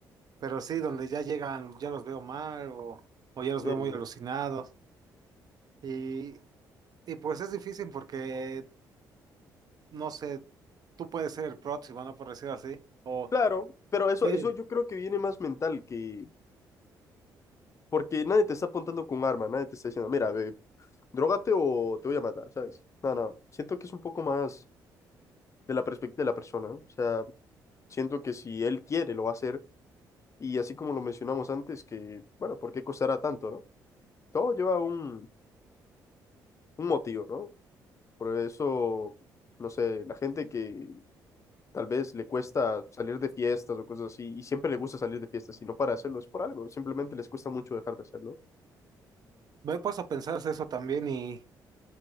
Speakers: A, on the right; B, on the left.
A: pero sí, donde ya llegan, ya los veo mal o, o ya los
B: Eh,
A: veo muy alucinados. Y, y pues es difícil porque, no sé, tú puedes ser el próximo, ¿no? Por decir así. O
B: claro, pero eso,
A: eh,
B: eso yo creo que viene más mental que, Porque nadie te está apuntando con un arma, nadie te está diciendo, mira, ve, drogate o te voy a matar, ¿sabes? No, no, siento que es un poco más de la perspectiva de la persona, ¿no? O sea, siento que si él quiere, lo va a hacer. Y así como lo mencionamos antes, que, bueno, ¿por qué costará tanto, no? Todo lleva un, un motivo, ¿no? Por eso, no sé, la gente que tal vez le cuesta salir de fiestas o cosas así, y siempre le gusta salir de fiestas, y no para hacerlo, es por algo, simplemente les cuesta mucho dejar de hacerlo.
A: me he puesto a pensarse eso también y,